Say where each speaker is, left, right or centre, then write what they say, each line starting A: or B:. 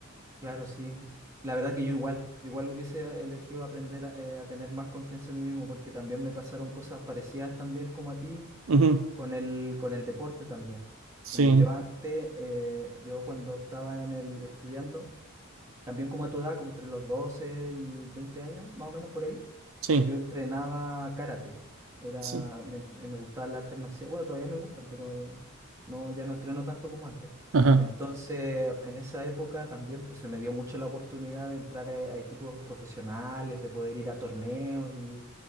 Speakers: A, on the right; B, on the right.
A: Claro, sí. La verdad que yo igual, igual hubiese elegido aprender a, eh, a tener más confianza en mí mismo, porque también me pasaron cosas parecidas también como a ti
B: Ujú.
A: con el, con el deporte también.
B: Sí,
A: Porque yo antes, eh, yo cuando estaba en el estudiando, también como a tu edad, como entre los 12 y 20 años, más o menos por ahí,
B: sí,
A: yo entrenaba karate. Era,
B: sí.
A: me, me gustaban las artes marciales. Bueno, todavía me gustan, pero ya no, ya no entreno tanto como antes.
B: Ajá.
A: Entonces, en esa época también pues, se me dio mucho la oportunidad de entrar a, a equipos profesionales, de poder ir a torneos y,